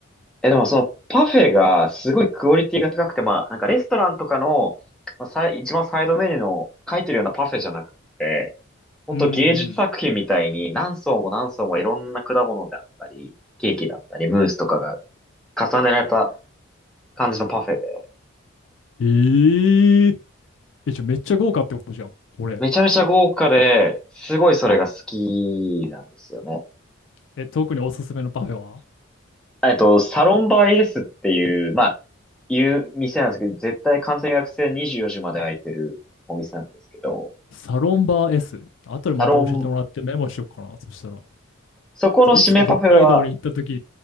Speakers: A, in the centre; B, on the left (about 60°).
A: え、でもそのパフェがすごいクオリティが高くて、まあ、なんかレストランとかの、まあ、さい一番サイドメニューの書いてるようなパフェじゃなくて、ほんと芸術作品みたいに何層も何層もいろんな果物であったり、
B: うんうん。
A: ケーキだったり、ムースとかが重ねられた感じのパフェで、
B: ええーえ、じゃあめっちゃ豪華ってことじゃん。これ。
A: めちゃめちゃ豪華で、すごいそれが好きなんですよね。
B: え、特におすすめのパフェは
A: えっと、サロンバイエースっていう、まあ、いう店なんですけど、絶対完全予約制24時まで開いてるお店なんですけど、
B: サロンバー S。後でまた教えてもらってメモしよっかな。
A: サロン
B: そしたら。
A: そこの締めパフェは、
B: そういつか北海道に行った時